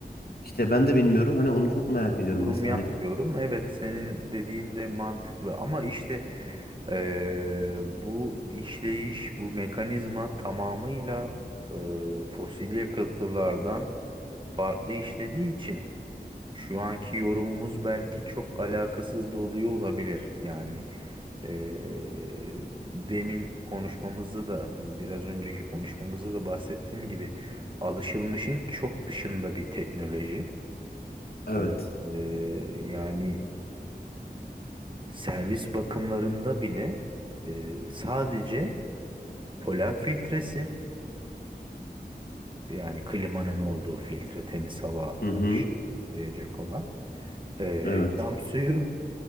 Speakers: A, on the left (about 65°); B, on the right (about 30°).
A: İşte ben de bilmiyorum. Hani onu çok merak ediyorum.
B: Yorum
A: Mesela
B: yapmıyorum.
A: hani
B: Evet senin dediğin de mantıklı ama işte eee, bu işleyiş, bu mekanizma tamamıyla eee fosil yakıtlardan farklı işlediği için şu anki yorumumuz belki çok alakasız da oluyor olabilir. Yani eee, demin konuşmamızda da biraz önceki konuşmamızda da bahsettiğim gibi alışılmışın çok dışında bir teknoloji.
A: evet.
B: Eee, eee, yani Servis bakımlarında bile e, sadece polen filtresi yani klimanın olduğu filtre temiz hava
A: Hı
B: akışlayacak
A: hı.
B: olan e,
A: Evet.
B: cam suyu